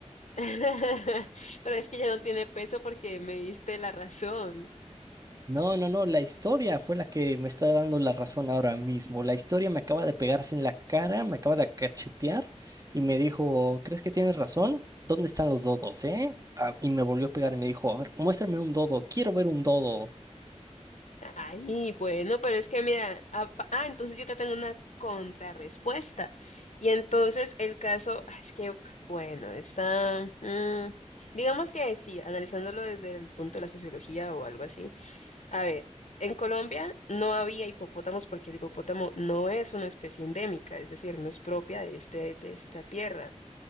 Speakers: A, on the left; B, on the right.
A: <laughs> Pero es que ya no tiene peso porque me diste la razón.
B: No, no, no, la historia fue la que me está dando la razón ahora mismo. La historia me acaba de pegar sin la cara, me acaba de cachetear y me dijo, ¿crees que tienes razón? ¿Dónde están los dodos, eh? Ah, y me volvió a pegar y me dijo, a ver, muéstrame un dodo, quiero ver un dodo.
A: Ay, bueno, pero es que mira, apa- ah, entonces yo te tengo una contrarrespuesta. Y entonces el caso, ah, es que, bueno, está, mm, digamos que sí, analizándolo desde el punto de la sociología o algo así. A ver, en Colombia no había hipopótamos porque el hipopótamo no es una especie endémica, es decir, no es propia de este, de esta tierra.